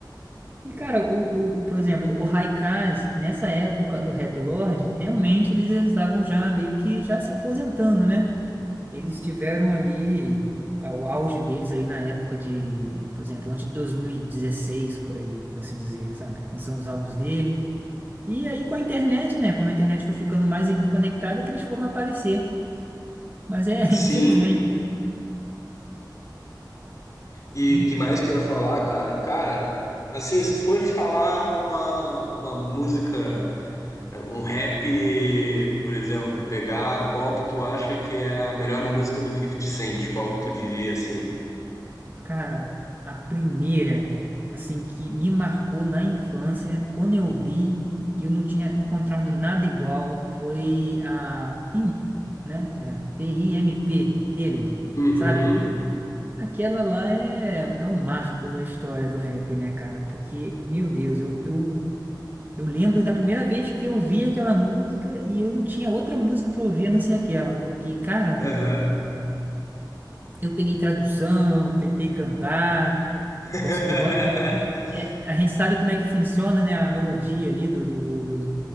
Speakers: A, on the right; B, on the left.
A: E cara, o, o, o- por exemplo, o Haikais, nessa época do Rap Lord, realmente eles estavam já meio que já se aposentando, né? Eles tiveram ali ah, o auge deles aí na época de, por exemplo, antes de 2016 por aí, por assim dizer, sabe? Lançando os álbuns dele. E aí com a internet, né? Quando a internet foi ficando mais hiperconectada, que eles foram aparecer. Mas é, <laughs>
B: Sim.
A: infelizmente,
B: E
A: hum,
B: que mais que eu ia falar, cara? Cara, assim, se for falar uma, uma música, é, um rap, por exemplo, pegar qual que tu acha que é a melhor música do Fifty Cent, qual que tu diria, assim?
A: cara, a primeira, assim, que me marcou na infância, quando eu vi e eu não tinha encontrado nada igual, foi a Pimp, né? É, P-I-M-P dele,
B: Uhum,
A: sabe? Aquela lá é, é um marco na história do rap, né, cara? Porque, meu Deus, eu, eu, eu lembro da primeira vez que eu ouvi aquela música e eu não tinha outra música pra ouvir a não ser aquela. Porque, cara,
B: aham.
A: eu peguei tradução, tentei cantar,
B: <laughs>
A: gosto, eu gosto do beat. É, a gente sabe como é que funciona, né, a melodia ali do, do, do, do,